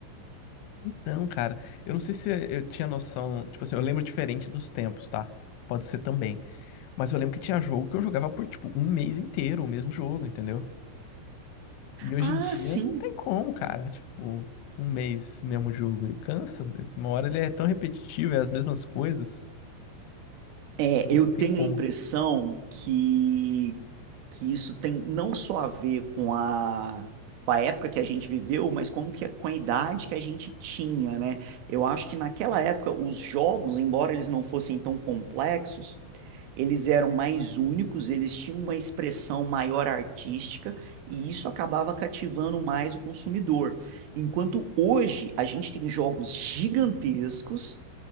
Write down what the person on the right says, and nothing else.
Ah,
sim.
É,
eu
tenho
a impressão que, que isso tem não só a ver com a, com a época que a gente viveu, mas como que, com a idade que a gente tinha, né? Eu acho que naquela época os jogos, embora eles não fossem tão complexos, eles eram mais únicos, eles tinham uma expressão maior artística e isso acabava cativando mais o consumidor. Enquanto hoje a gente tem jogos gigantescos